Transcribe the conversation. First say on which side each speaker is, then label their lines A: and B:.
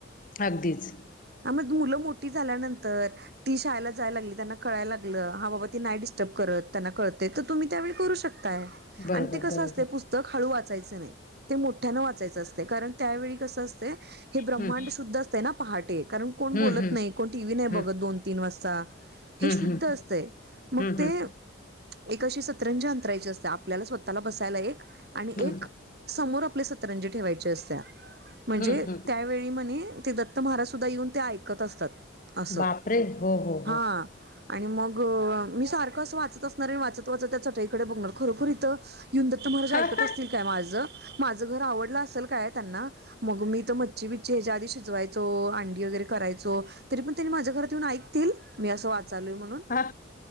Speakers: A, on the left; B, on the right.
A: अगदीच
B: हा म दू मुलं मो ठी झाल्यानंतर, ती शाळेला जाय लागली, त्यांना कळायला लागलं, हा बाबा ती नाही डिस्टर्ब करत त्यांना कळतय, तर तुम्ही त्यावेळी करू शकताय
A: बरोबर
B: आणि ते कस
A: बरोबर
B: असतय पुस्तक हळू वा चायच नाही, मोठ्यान वाचायचं असतय कारण, त्यावेळी कसं असतय हे ब्रह्मांड
A: हम्म
B: शुद्ध असते ना पहाटे कारण कोण
A: हम्म
B: बोलत नाही, कोण टीव्ही नाही बघत.
A: हम्म
B: दोन तीन वाजता, हे
A: हम्म
B: शुद्ध
A: हम्म हम्म
B: असतय मग
A: हम्म
B: ते
A: हम्म
B: एक अशी सतरंजी अंथरायची असते. आपल्याला स्वतःला बसायला एक आणि
A: हम्म
B: एक समोर आप आपली सतरंजी ठेवायची असतिया म्हणजे
A: हम्म हम्म
B: त्यावेळी म्हने ते द त्त महाराज सुद्धा येऊन ते ऐकत असतात. असं
A: बापरे! हो हो
B: हा आणि मग मी सारखं अस वाचत असणार आणि वाचत वाचत त्या चटईकडे बघणार, खरोखर इथं येऊन दत्त महाराज ऐकत
A: हो
B: असतील काय माझं? माझं घर आवडलं असेल काय त्यांना? मग मी तर मच्छी बिच्छ ह्याच्या आधी शिजवायचो, अंडी वगैरे करायचो तरी पण त्यांनी माझ्या घरात येऊन ऐक असतील मी असं वाचालोय म्हणून,
A: हा